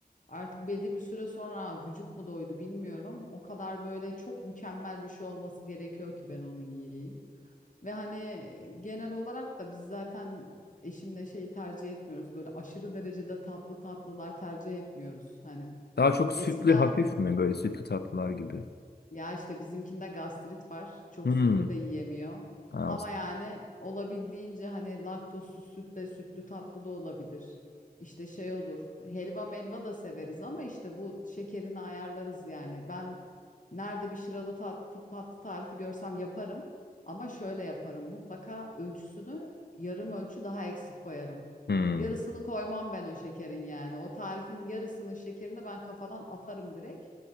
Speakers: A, on the left (about 50°); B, on the left (about 85°).
A: Artık belli bir süre sonra vücut mu doydu bilmiyorum. O kadar böyle çok mükemmel bir şey olması gerekiyor ki ben onu yiyeyim. Ve hani genel olarak da biz zaten eşimle şey tercih etmiyoruz. Böyle aşırı derecede tatlı tatlılar tercih etmiyoruz. Hani
B: Daha çok
A: eskiden
B: sütlü hafif mi böyle sütlü tatlılar gibi?
A: ya işte bizimkinde gastrit var. Çok
B: Hmm.
A: sütlü de yiyemiyor.
B: Ha,
A: Ama
B: o-
A: yani olabildiğince hani laktozsuz süt de sütlü tatlı da olabilir. İşte şey olur. Helva melva da severiz ama işte bu şekerini ayarlarız yani. Ben nerede bir şıralı tat, tatlı tarifi görsem yaparım. Ama şöyle yaparım. Mutlaka ölçüsünü yarım ölçü daha eksik koyarım.
B: Hmm.
A: Yarısını koymam ben o şekerin yani. O tarifin yarısını şekerini ben kafadan atarım direkt.